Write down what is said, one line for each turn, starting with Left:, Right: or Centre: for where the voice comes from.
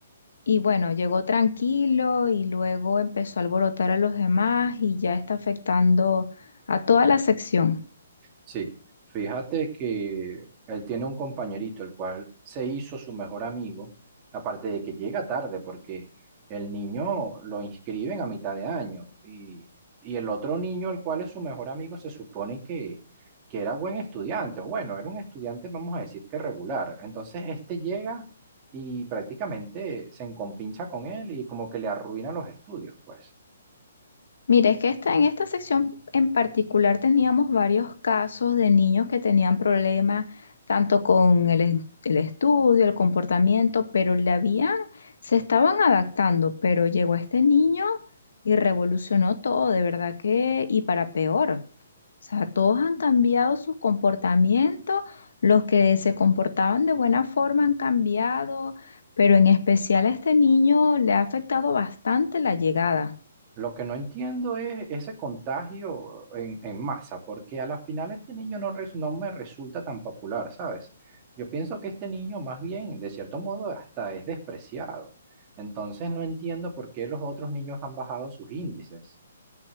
Left: y bueno, llegó tranquilo y luego empezó a alborotar a los demás y ya está afectando a toda la sección.
Right: Sí, fíjate que él tiene un compañerito, el cual se hizo su mejor amigo, aparte de que llega tarde, porque el niño lo inscriben a mitad de año y, y el otro niño, el cual es su mejor amigo, se supone que, que era buen estudiante, o bueno, era un estudiante, vamos a decir que regular. Entonces este llega y prácticamente se encompincha con él y como que le arruina los estudios, pues.
Left: Mira, es que esta, en esta sección en particular teníamos varios casos de niños que tenían problemas tanto con el, es- el estudio, el comportamiento, pero le habían, se estaban adaptando, pero llegó este niño y revolucionó todo, de verdad que, y para peor. O sea, todos han cambiado sus comportamientos, los que se comportaban de buena forma han cambiado, pero en especial a este niño le ha afectado bastante la llegada.
Right: Lo que no entiendo es ese contagio en, en masa, porque a la final este niño no, res- no me resulta tan popular, ¿sabes? Yo pienso que este niño más bien, de cierto modo, hasta es despreciado. Entonces no entiendo por qué los otros niños han bajado sus índices.